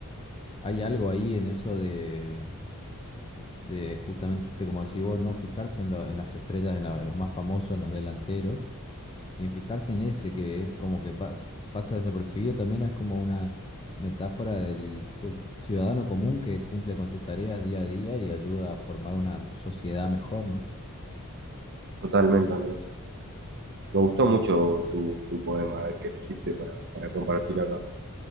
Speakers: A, on the left (about 25°); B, on the right (about 50°).
A: Hay algo ahí en eso de, de justamente, como decís vos, no fijarse en, lo- en las estrellas, en, la- en los más famosos, en los delanteros, y en fijarse en ese que es como que pas- pasa desapercibido, también es como una metáfora del, del ciudadano común que cumple con sus tareas día a día y ayuda a formar una sociedad mejor, ¿no?
B: Totalmente, Andrés. Me gustó mucho tu, tu poema que elegiste para, para compartir acá.